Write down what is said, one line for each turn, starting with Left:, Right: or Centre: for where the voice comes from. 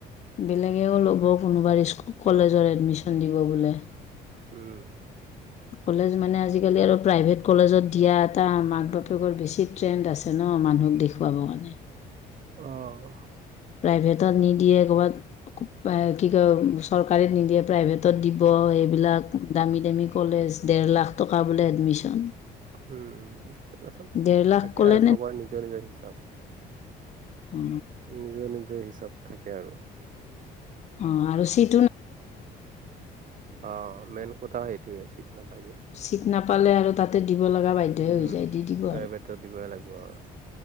Left: বেলেগেও ল'ব কোনোবা স্ক কলেজৰ এডমিশন দিব বোলে
Right: উম
Left: কলেজ মানে আজিকালি আৰু প্ৰাইভেট কলেজত দিয়া এটা মাক বাপেকৰ বেছি ট্ৰেণ্ড আছে ন অ মানুহক দেখুৱাব কাৰণে
Right: আহ
Left: প্ৰাইভেটত নিদিয়ে কৰ'ৰবাত কি কয় চৰকাৰীত নিদিয়ে প্ৰাইভেটত দিব এইবিলাক দামী দামী কলেজ ডেৰ লাখ টকা বোলে এডমিশ্যন
Right: উম সেইিলা চব
Left: ডেৰ লাখ
Right: থাকে
Left: ক'লে
Right: আৰু চবৰে নিজৰ নিজৰ হিচাপ
Left: অ
Right: নিজৰ নিজৰ হিচাপ থাকে আৰু
Left: অ আৰু চি
Right: অ মেইন কথা সেইটোয়ে চিট নাপায় যে
Left: চিট নাপালে আৰু তাতে দিব লগা বাধ্যয়হে
Right: উম,
Left: হৈ যায় দি দিব
Right: প্ৰাইভেটত
Left: আৰু
Right: দিবই লাগিব আৰু।